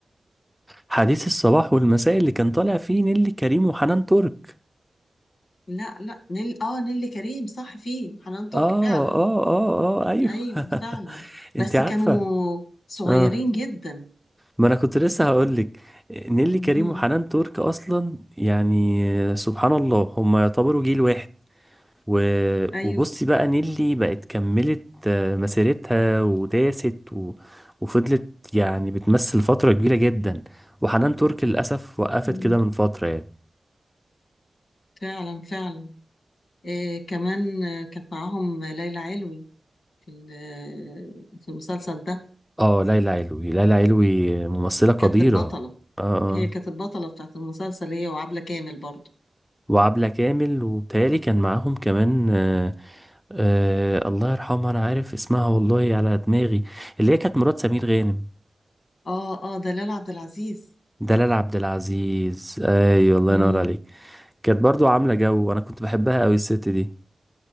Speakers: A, in the centre; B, on the left (about 85°).
A: حديث الصباح والمساء اللي كان طالع فيه نيللي كريم وحنان ترك
B: لا لا نيل اه نيللي كريم صح فيه حنان ترك
A: اه
B: فعلا
A: اه اه اه ايوه
B: ايوه
A: <laughs>
B: فعلا بس
A: انت عارفه
B: كانوا صغيرين
A: اه
B: جدا
A: ما انا كنت لسه هقول لك نيللي
B: امم
A: كريم وحنان ترك اصلا يعني سبحان الله هم يعتبروا جيل واحد و...
B: ايوه
A: وبصي بقى نيلي بقت كملت آه، مسيرتها وداست و... وفضلت يعني بتمثل فترة كبيرة جدا وحنان ترك للأسف وقفت
B: مم.
A: كده من فترة يعني
B: فعلا فعلا إيه كمان آه، كانت معاهم ليلى علوي في ال- آه، في المسلسل ده
A: اه ليلى علوي ليلى علوي ممثلة قديرة
B: كانت البطلة
A: اه اه
B: هي كانت البطلة بتاعت المسلسل هي وعبلة كامل برضو
A: وعبلة كامل وبتهيألي كان معاهم كمان آه آه الله يرحمها أنا عارف اسمها والله على دماغي اللي هي كانت مرات سمير غانم
B: اه اه دلال عبد العزيز
A: دلال عبد العزيز أيوة الله
B: مم.
A: ينور عليك كانت برضو عاملة جو وأنا كنت بحبها أوي الست دي